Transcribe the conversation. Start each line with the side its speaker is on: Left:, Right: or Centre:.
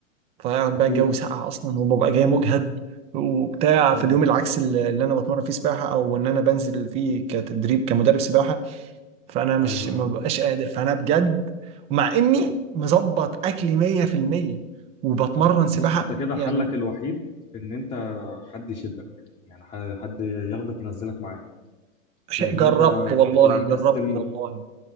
Right: فاقعد
Left: اكيد
Right: بقى الجو ساقع اصلا وببقى جاي مجهد وبتاع
Left: امم
Right: في اليوم العكس اللي اللي انا بتمرن فيه سباحه او ان انا بنزل فيه كتدريب كمدرب سباحه فانا مش
Left: ايوه
Right: ما
Left: ايوه
Right: ببقاش قادر فانا بجد مع اني مظبط اكلي 100% وبتمرن سباحه
Left: بص انت كده
Right: يعني
Left: حلك الوحيد ان انت حد يشدك يعني ح- حد ياخدك ينزلك معاه
Right: شيء
Left: لان
Right: جربت
Left: انت انت
Right: والله
Left: كده مكسل
Right: جربت والله